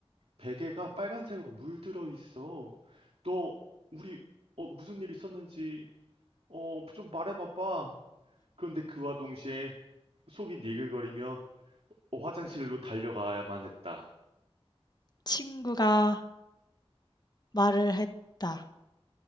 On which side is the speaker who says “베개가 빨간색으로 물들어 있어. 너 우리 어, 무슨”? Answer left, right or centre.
Right